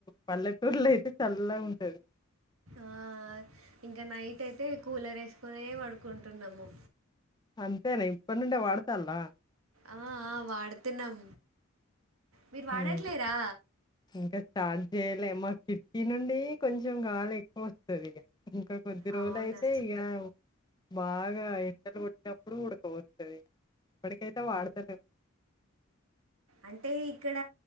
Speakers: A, on the left (about 20°); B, on the right (about 80°).
A: పల్లె ఊర్లో అయితే చల్ల ఉంటది
B: ఆ ఇంకా నైట్ అయితే కూలర్ ఏసుకునే పడుకుంటున్నాము
A: అంతేనా ఇప్పటి నుండే వాడతన్లా
B: ఆ ఆ వాడుతున్నాం మీరు వాడట్లేరా
A: హ్మ్. ఇంకా స్టార్ట్ చేయలే మా కిట్కీ నుండి కొంచెం గాలి ఎక్కువ వస్తది ఇంకా కొద్ది రోజులు
B: అవునా
A: అయితే ఇడ బాగా ఎండలు కొట్టినప్ ఇప్పుడు ఉడక పోస్తది ఇప్పటికైతే వాడతాలేం
B: అంటే ఇక్కడ